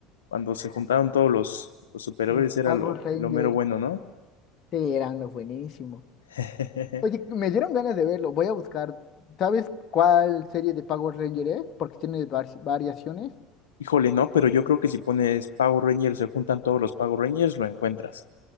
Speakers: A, on the left; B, on the left.
A: Cuando se juntaron todos los, los superhéroes
B: Los
A: era
B: power
A: lo,
B: Rangers.
A: lo mero bueno, ¿no?
B: Sí, eran los buenísimos.
A: <laughs>
B: Oye, me dieron ganas de verlo. Voy a buscar. ¿Sabes cuál serie de Power Ranger es? Porque tiene var- variaciones.
A: Híjole, no, pero yo creo que si pones Power Rangers, se juntan todos los Power Rangers, lo encuentras.